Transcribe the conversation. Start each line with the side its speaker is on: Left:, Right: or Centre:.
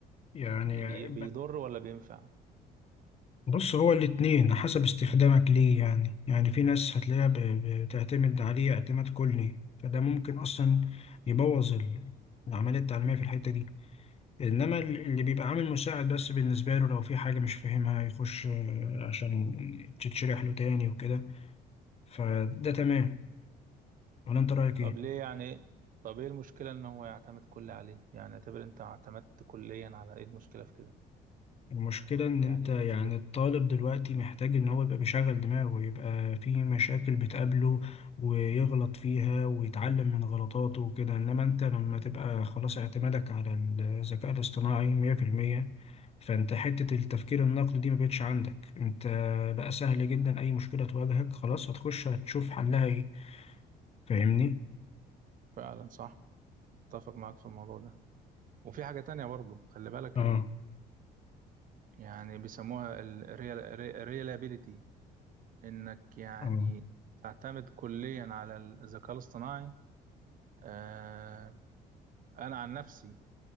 Left: يعني
Right: ي... بيضر ولا بينفع
Left: بص هو الاتنين حسب استخدامك ليه يعني يعني في ناس هتلاقيها ب- بتعتمد عليه اعتماد كلي فده ممكن أصلا يبوظ ال- العملية التعليمية في الحتة دي إنما ال- اللي بيبقى عامل مساعد بس بالنسبة له لو في حاجة مش فاهمها يخش آه، عشان تتشرح له تاني وكده فده تمام ولا أنت رأيك
Right: طب
Left: إيه؟
Right: ليه يعني طب ايه المشكلة ان هو يعتمد كل عليه يعني اعتبر انت اعتمدت كليا على ايه المشكلة في كده
Left: المشكلة إن
Right: يعني
Left: أنت
Right: ايه
Left: يعني
Right: المشكلة
Left: الطالب دلوقتي محتاج إن هو يبقى بيشغل دماغه ويبقى في مشاكل بتقابله ويغلط فيها ويتعلم من غلطاته وكده إنما أنت لما تبقى خلاص اعتمادك على الذكاء الاصطناعي مية في المية فأنت حتة التفكير النقدي دي مبقتش عندك أنت بقى سهل جدا أي مشكلة تواجهك خلاص هتخش هتشوف حلها إيه فاهمني؟
Right: فعلا صح اتفق معاك في الموضوع ده وفي حاجة تانية برضو خلي بالك
Left: آه
Right: يعني بيسموها الريلابيليتي انك يعني
Left: آه
Right: تعتمد كليا على الذكاء الاصطناعي آه، انا عن نفسي